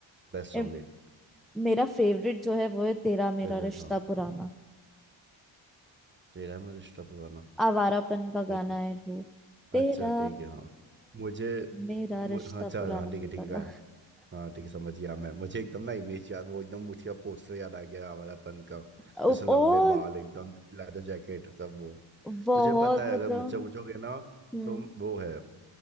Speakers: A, on the right; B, in the centre.
A: बेस्ट सॉन्ग
B: इम-
A: एक
B: मेरा फेवरेट जो है वो है तेरा मेरा
A: फेवरेट
B: रिश्ता
A: हाँ
B: पुराना
A: तेरा मेरा रिश्ता पुराना
B: आवारापन का गाना
A: ओके
B: है वो तेरा
A: अच्छा ठीक है हाँ मुझे
B: मेरा
A: मु,
B: रिश्ता
A: हाँ अच्छा
B: पुराना
A: हाँ
B: वो
A: ठीक है ठीक
B: वाला
A: है गाया हाँ ठीक है समझ गया मैं मुझे एकदम ना इमेज याद वो एकदम उसका पोस्टर याद आ गया आवारापन का
B: <laughs>
A: जैसे
B: उप-
A: लंबे
B: और
A: बाल एकदम लेदर जैकेट सब वो
B: बहुत
A: तुझे पता है
B: मतलब
A: अगर मुझसे पूछोगे ना
B: हम्म
A: तो वो है